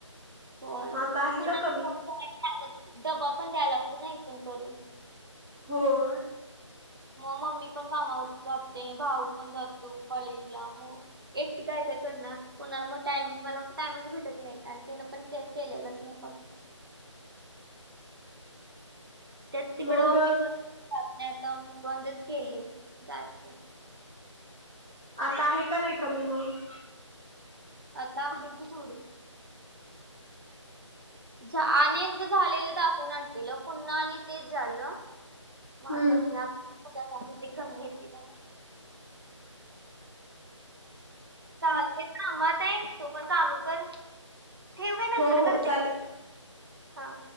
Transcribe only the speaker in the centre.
आता आहे
का कमी
हो
मग
आता आहे का नाही कमी मग?
हम्म
हो
हो
चालेल